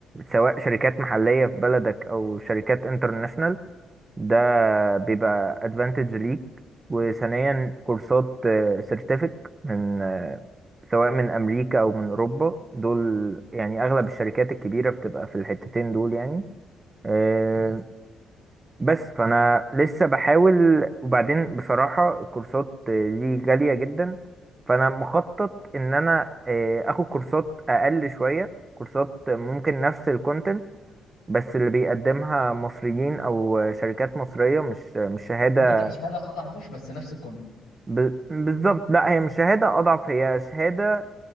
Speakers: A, on the right; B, on the left.
A: سواء شركات محلية في بلدك او شركات انترناشونال ده بيبقى ادفانتج ليك وثانيا كورسات سيرتيفيك من آه، سواء من امريكا او من اوروبا دول يعني اغلب الشركات الكبيره بتبقى في الحتتين دول يعني آه،
B: مم.
A: بس فانا لسه بحاول وبعدين بصراحه الكورسات آه، دي غاليه جدا فانا مخطط ان انا آه، اخد كورسات اقل شويه كورسات ممكن نفس الكونتنت بس اللي بيقدمها مصريين او شركات مصريه مش مش شهاده
B: ممكن تبقى شهاده اضعف بس نفس الكونت
A: ب... بالظبط لا هي مش شهاده اضعف هي شهاده